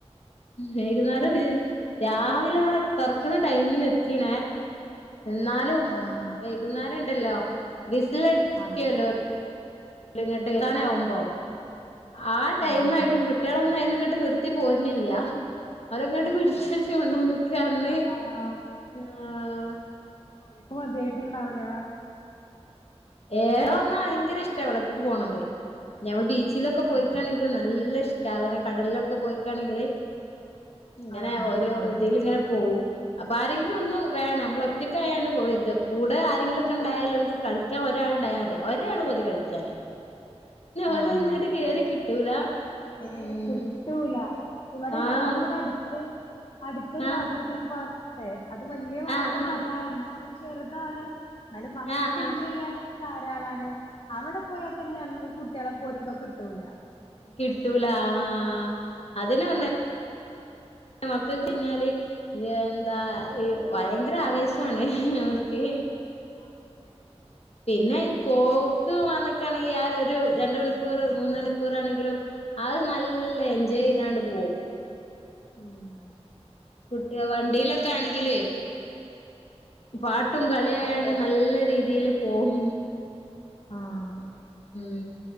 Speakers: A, on the left; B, on the left.
A: വെയ്കുന്നാ രാവിലെ ആഹ് തൊർക്കിണെ ടൈമിനെത്തിണേ ഇന്നാലും
B: ആഹ് ആഹ്
A: വെയ്കുന്നേരണ്ടല്ലോ വിസില അട്ച്ചിക്കെല്ലോ
B: അതെ
A: ഇങ്ങട്ട് എത്താനാവുമ്പം
B: ആഹ് ആഹ്
A: ആഹ് ടൈം
B: അതെ
A: ആയിട്ടും
B: അതെ
A: കുട്ട്യാളൊന്നും ഐന്നിങ്ങട്ട് നിർ ത്തി പോര്നില്ല്യ അവരൊക്കെട്ട് പിടിച്ചച്ച് കൊണ്ടോന്നൊക്കെ അന്ന്
B: ആഹ്
A: ആഹ്
B: ഓൽക്ക് മത്യായ്ട്ടിണ്ടാവ്ല
A: ഏ ഒന്നാ ഭയ്ങ്കരെഷ്ട വെള്ളത്തക്ക് പോണത് നമ്മള് ബീ ച്ചിലൊക്കെ പോയിക്കാണെങ്കില്
B: ആഹ്
A: നല്ലിഷ്ട ഇങ്ങനെ കടൽലൊക്കെ പോയിക്കാണെങ്കില് ഇങ്ങനെ
B: ആഹ്
A: ഓരോ
B: ആഹ്
A: ഇതിൽ ഇങ്ങനെ പോവും അപ്പ ആരെങ്കിലും ഒന്ന് വേണം നമ്മൾ ഒറ്റക്കായാണ് പോയരുത് കൂടെ ആരെങ്കിലൊക്കെ ഇണ്ടായാല്
B: ആഹ്
A: ഓൽക്ക് കളി ണ്ടായാതി ഒരാള് മതി കളിക്കാൻ ഓലെ
B: ആഹ്
A: ഐന്നിങ്ങട്ട് കേറി കിട്ടൂല
B: ഏയ്
A: ഉം
B: കിട്ടൂല ഇവിടെ
A: ആഹ്
B: ഞങ്ങ്ക്ക് ഇവിടെ അടിത്ത് അട്ത്തൊരു
A: ആഹ്
B: വാട്ടർ തീങ് പാർക്ക്ണ്ട് അത് വല്യ പാർക്കൊന്നു
A: ആഹ് ആഹ്
B: അല്ല എന്നാലും ചെറ്താണ് എന്നാലും മക്കക്ക്
A: ആഹ് ആഹ്
B: എൻജോയെയ്യാന് ധാരാളാണ് അവിടെ പോയാ തന്നെ ഞങ്ങക്ക് കുട്ട്യാളെ പോരുമ്പം കിട്ടൂല
A: കിട്ടൂല ആഹ് അതനെ പർഞ്ഞെ മക്കക്ക് കയ്ഞ്ഞാല് എന്താ ഈ വയങ്കര
B: ആഹ്
A: ആവേശണ് അവർക്ക്
B: ആഹ് അതെ അതെ
A: പിന്നെ ഈ
B: ഉം
A: പോക്ക് വന ക്കാണെങ്കിൽ ആ ഒരു രണ്ട് മണിക്കൂർ മൂന്നണിക്കൂറാണെങ്കിലും അത് നല്ല എൻജോയെയ്താണ്ട് പോവും
B: ഉം
A: കുട്ടിക വണ്ടീലൊക്കെ ആണെങ്കിലേ പാട്ടും കള്യായാണ്ട്
B: അതെ അതെ
A: നല്ല രീതിൽ പോവും
B: ആഹ്
A: ഉം